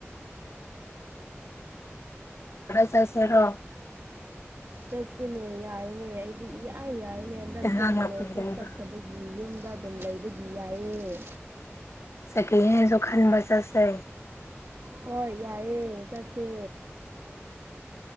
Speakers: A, on the left; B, on the right.
A: ꯆꯠꯁꯤꯔꯣ
B: ꯆꯠꯁꯤꯅꯦ ꯌꯥꯏꯅꯦ ꯑꯩꯗꯤ ꯏꯌꯥ ꯌꯥꯏꯅꯦ ꯍꯟꯗꯛꯁꯦ
A: ꯏꯟꯖꯥꯡ ꯅꯥꯄꯤ
B: ꯀꯣꯂꯦꯖꯁꯨ
A: ꯂꯩꯕ
B: ꯆꯠꯇꯕꯒꯤ ꯌꯨꯝ ꯗ ꯑꯗꯨꯝ ꯂꯩꯕꯗꯤ ꯌꯥꯏꯌꯦ
A: ꯁꯦꯀꯤꯍꯦꯟꯁꯨ ꯈꯟꯕ ꯆꯠꯁꯦ
B: ꯍꯣꯏ ꯌꯥꯏꯑꯦ ꯆꯠꯁꯦ